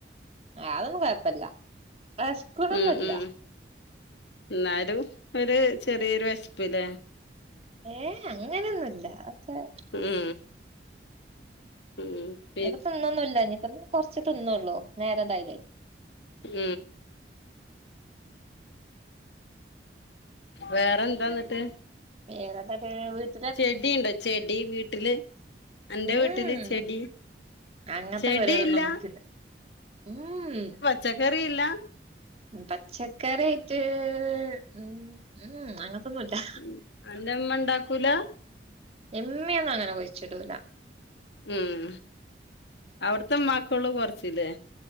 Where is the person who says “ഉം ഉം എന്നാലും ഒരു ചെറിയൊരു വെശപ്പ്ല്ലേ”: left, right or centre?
Left